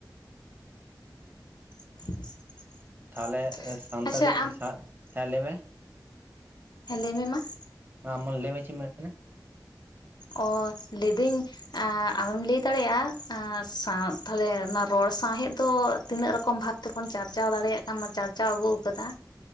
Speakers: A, on the left (about 70°); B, on the right (about 30°).
A: <unintelligible>
B: ᱛᱟᱦᱚᱞᱮ ᱥᱟᱱᱛᱟᱲᱤ
A: ᱟᱪᱪᱷᱟ
B: <unintelligible>
A: ᱟᱢ
B: ᱞᱟᱹᱭᱢᱮ ᱾
A: ᱦᱮᱸᱻ ᱞᱟᱹᱭ ᱢᱮ ᱢᱟ ᱾
B: ᱢᱟ ᱟᱢ ᱢᱟ ᱞᱟᱹᱭᱢ ᱢᱮ ᱪᱮᱫ ᱢᱮᱱ ᱮᱫ ᱛᱟᱦᱮᱱᱟ?
A: ᱚ ᱞᱟᱹᱭᱫᱟᱹᱧ ᱟᱢ ᱮᱢ ᱞᱟᱹᱭ ᱫᱟᱲᱮᱭᱟᱜᱼᱟ ᱥᱟᱶ ᱛᱟᱦᱞᱮ ᱚᱱᱟ ᱨᱚᱲ ᱥᱟᱶᱦᱮᱫ ᱫᱚ ᱛᱤᱱᱟᱹᱜ ᱨᱚᱠᱚᱢ ᱵᱷᱟᱵ ᱛᱮᱵᱚᱱ ᱪᱟᱨᱪᱟᱣ ᱫᱟᱲᱮᱭᱟᱜ ᱠᱟᱱᱟ ᱪᱟᱨᱪᱟᱣ ᱟᱹᱜᱩ ᱟᱠᱟᱫᱟ᱾